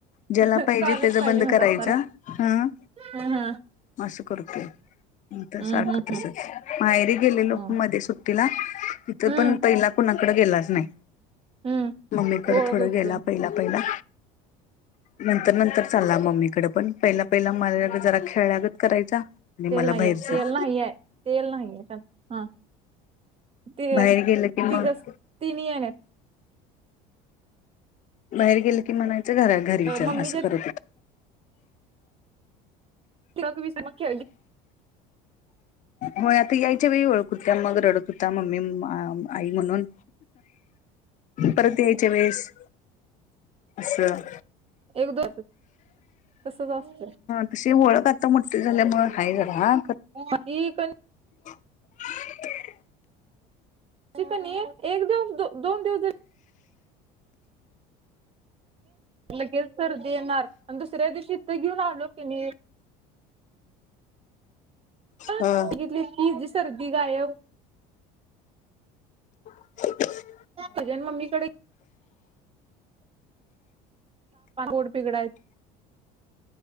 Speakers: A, on the left; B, on the right.
A: ज्याला
B: चालूच
A: त्याच
B: पाहिजे
A: बंद
B: म्हणत
A: करायचं
B: असणार
A: हा
B: हम्म हम्म
A: असं करतोय तर
B: हम्म
A: सारखं
B: हम्म
A: तसच
B: हम्म
A: माहेरी गेलेलो
B: हम्म
A: मध्ये सुट्टीला तिथ
B: हम्म
A: पण पहिला कुणाकडे गेलाच नाही
B: हम्म
A: मम्मीकड
B: ओळख
A: थोडं
B: होईपर्यंत
A: गेला पहिला पहिला
B: <inaudible>
A: नंतर नंतर चालला मम्मीकडे पण पहिला पहिला माझ्याकड जरा खेळल्यागत करायचा आणि मला
B: तेल नाहीये
A: बाहेरच
B: तेल नाहीये तेल नाहीये हेच्यात हा ते
A: बाहेर गेलं की मग
B: तिघ तीन आहे
A: बाहेर गेल की म्हणायचं घरा घरीच आहे
B: मम्मीच्या
A: असं करत होतो
B: गवी समख
A: होय आता यायच्या वेळी ओळख होत्या मग रडक होत मम्मी आई म्हणून परत यायच्या वेळेस असं
B: एक दो तसच असतय
A: अशी वओळख आता म्हट झाल्यामुळे हाय झारा
B: ह की को
A: <unintelligible>
B: तिथ एक दिवस दोन दिवस लगेच सर्दी येणार आणि दुसऱ्या दिवशी तर घेऊन आलो की नाही ह
A: हा
B: घितली ती जी सर्दी गायब
A: हो
B: सजन मम्मीकडे ोड बिगडायं